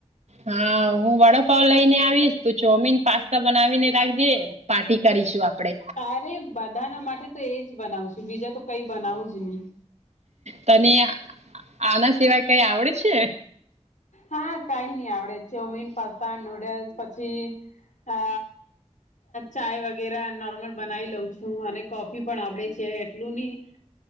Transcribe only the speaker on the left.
અરે બ બધાના માટે તો એજ જ બનાવું છું બીજા તો કઈ બનાવું જ નહી.
હા કઈ નહી આવડે ચોમીન, પાસ્તા નુડલ્સ, પછી અ ચાય વગેરે ન બનાવી લઉં છું અને કોફી પણ આવડે છે એટલું નહી,